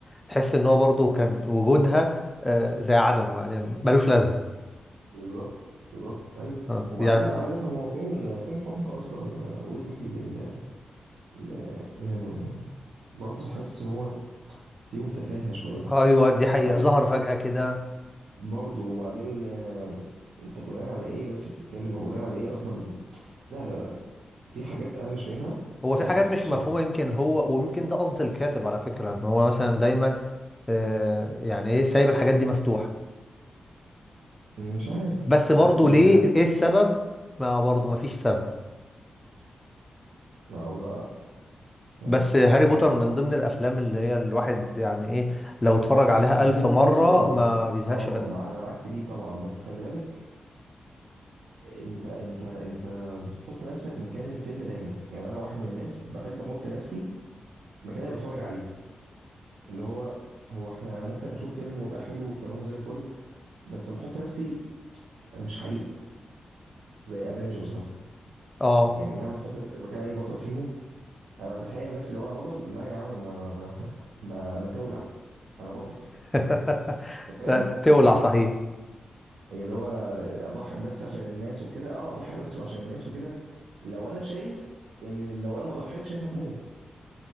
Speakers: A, on the left; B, on the right.
A: تحس ان هو برضو كان وجودها آه، زي عدمه يعني ملوش لازمه
B: بالظبط بالظبط ايوه
A: آه،
B: وبعدين
A: يعني
B: انا عايز افهم هو فين فين حب اصلا ويزلي لل... ل- لهرموني يعني برضه حاسس ان هو فيهم تفاهة شوية
A: ايوه دي حقيقه
B: او
A: ظهر فجاه كده
B: برضه وبعدين آه، انت بناء على ايه بس بتتكلم او بناء على ايه اصلا لا لا في حاجات انا مش فاهمها
A: هو
B: بصراحه
A: في حاجات مش
B: بصراحه
A: مفهومه يمكن هو ويمكن ده قصد الكاتب على فكره ان هو مثلا دايما آه، يعني ايه سايب الحاجات دي مفتوحه
B: مش عارف
A: بس برضو
B: بس آه،
A: ليه ايه السبب ما برضو ما فيش سبب
B: ما هو ده يعني
A: بس هاري بوتر
B: لا
A: من ضمن الافلام اللي هي الواحد يعني ايه لو اتفرج
B: بص
A: عليها
B: هاري
A: الف مره
B: بوتر
A: ما بيزهقش
B: اه
A: منها
B: مع انا معاك في دي طبعا بس خلي بالك انت انت انت بتحط نفسك مكان الفيلم دايما يعني انا واحد من الناس بحب احط نفسي مكان اللي بتفرج عليه اللي هو هو احنا ممكن اشوف فيلم ويبقى حلو وتمام وزي الفل بس لما احط نفسي مش حقيقه زي افنجرز مثلا
A: اه
B: يعني مهما تحط نفسك مكان اي بطل فيهم انا بتخيل نفسي لو انا بطل لا يا عم ما ما <laughs> ما, ما تولع انا بطل
A: <laughs>
B: انت فاهم
A: لا تولع صحيح
B: هي اللي هو انا اضحي بنفسي عشان الناس وكده اه اضحي بنفسي وعشان الناس وكده لو انا شايف ان لو انا ما ضحيتش الناس هتموت